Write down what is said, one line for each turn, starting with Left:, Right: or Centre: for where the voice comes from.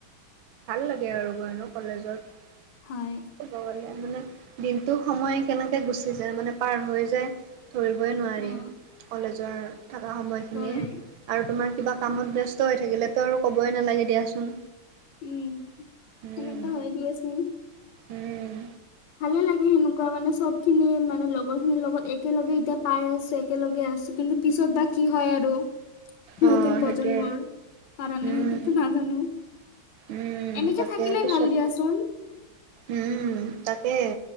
Right: ভাল লাগে আৰু গৈ ন কলেজত
Left: হয়
Right: কবলে মানে দিনটো সময় কেনেকে গুচি যায় মানে পাৰ হৈ যায় ধৰিবই নোৱাৰি
Left: অ
Right: কলেজৰ থকা সময়খিনি
Left: হয়
Right: আৰু তোমাৰ কিবা কামত ব্যস্ত হৈ থাকিলেতো আৰু ক'বই নালাগে দিয়াচোন
Left: উম
Right: উম
Left: এনেকুৱা হয় দিয়াচোন
Right: উম
Left: ভালে লাগে সেনেকুৱা মানে চব খিনি মানে লগৰ খিনিৰ লগত একেলগে এতিয়া পাই আছে একেলগে আছো কিন্তু পিছত বা কি হয় আৰু
Right: অ
Left: নতুন
Right: সেইটোৱে
Left: প্ৰজন্মৰ কাৰনে
Right: উম
Left: সেইটোতো নাজানো
Right: উম
Left: এনেকে
Right: তাকে
Left: থাকিলে
Right: পিছত
Left: ভাল দিয়াচোন
Right: উম তাকে